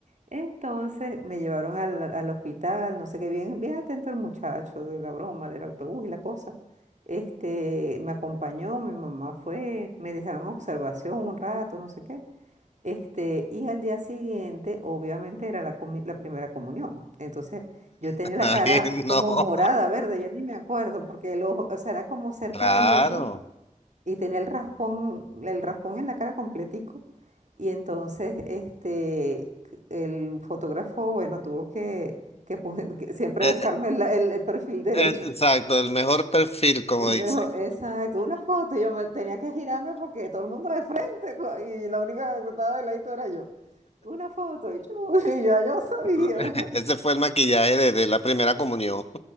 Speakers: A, on the right; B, on the left.
A: Entonces me llevaron al, al hospital, no sé qué bien, bien atento el muchacho de la broma, del autobús y la cosa. Este, me acompañó, mi mamá fue, me dejaron observación un rato, no sé qué. Este, y al día siguiente, obviamente, era la, comi- la primera comunión. Entonces, yo tenía
B: <laughs>
A: la
B: Ay,
A: cara como
B: no.
A: morada, verde, yo ni me acuerdo, porque el ojo, o sea, era como cerca
B: Claro.
A: del ojo y tenía el raspón, el raspón en la cara completico. Y entonces, este, el fotógrafo, bueno, tuvo que, que, pon- que siempre
B: Eh,
A: buscarme la- el, el perfil derecho.
B: eh, Exacto, el mejor perfil, como
A: El
B: dice.
A: mejor, exacto, una foto. y Yo me, tenía que girarme porque todo el mundo de frente co- y la única que estaba de ladito era yo. Una foto y, chu, <laughs> y ya yo sabía.
B: <laughs>
A: <laughs>
B: Ese fue el maquillaje de, de la primera comunión.